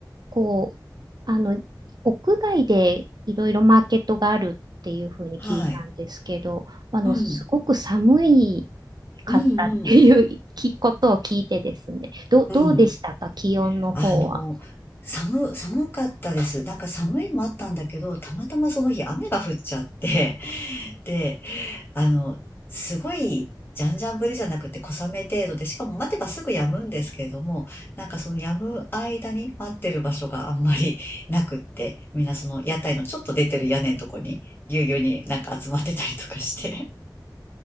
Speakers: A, on the right; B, on the left.
A: こう、あの、屋外でいろいろマーケットがあるっていうふうに聞いたんですけど、
B: はい。
A: あの、
B: うん。
A: すごく寒いかったっていうきことを聞いてですね。
B: うんうん。
A: どう、
B: うん。
A: どうでしたか、気温の方は。
B: あの、寒、寒かったです。なんか寒いのもあったんだけど、たまたまその日雨が降っちゃって、<laughs> で、あの、すごい、じゃんじゃん降りじゃなくて小雨程度で、しかも待てばすぐ止むんですけれども、なんかその止む間に待ってる場所があんまりなくって、みんなその屋台のちょっと出てる屋根のとこに、ぎゅうぎゅうになんか集まってたりとかして。